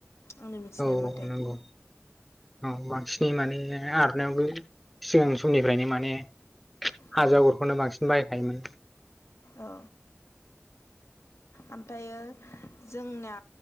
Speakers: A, on the left (about 85°); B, in the centre.
A: आंनि मिथिनाय
B: औ
A: मथे
B: औ नंगौ औ बांसिन नि माने आर'नायावबो सिगां समनिफ्रायनो माने हाजो
A: औ
B: आगरखौनो बांसिन बाहायखायोमोन।
A: औ ओमफायो
B: <inaudible>
A: जोंना